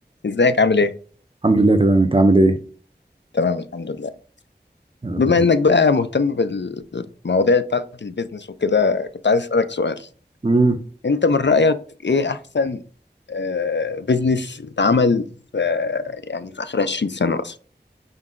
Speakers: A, on the left; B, on the right.
A: ازيك عامل ايه؟
B: الحمد لله تمام انت عامل ايه
A: تمام الحمد لله
B: يا رب
A: بما
B: دايما
A: انك بقى مهتم بالمواضيع بتاعت البيزنس وكده كنت عايز اسألك سؤال
B: امم
A: انت من رأيك ايه احسن آه، بيزنس اتعمل في يعني في اخر 20 سنة مثلا